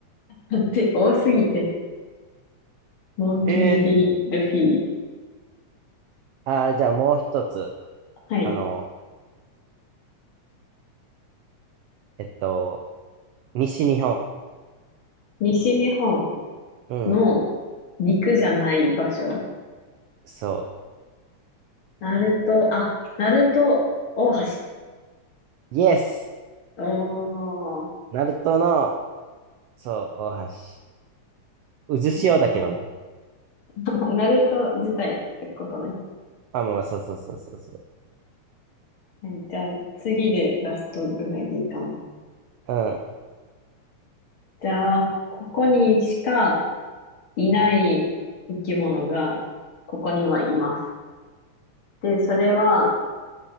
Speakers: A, on the left; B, on the right.
A: だって多すぎて、モンキー・
B: え
A: D・ルフィ。
B: ー、あー、じゃあもう一つ。
A: はい。
B: あの、えっと、西日本。
A: 西日本
B: うん、
A: の陸じゃない場所。
B: そ
A: ナルト、あ、ナルト大橋。
B: う。イエス
A: おー、
B: ナルトの、そう、大橋。渦潮だけどね。
A: なるほど。<laughs> ナルト自体ってことね。
B: あ、まあまあ、そうそうそうそうそう。
A: はい。じゃあ次でラストぐらいでいいかな。
B: うん。
A: じゃあ、ここにしかいない生き物がここにはいます。で、それは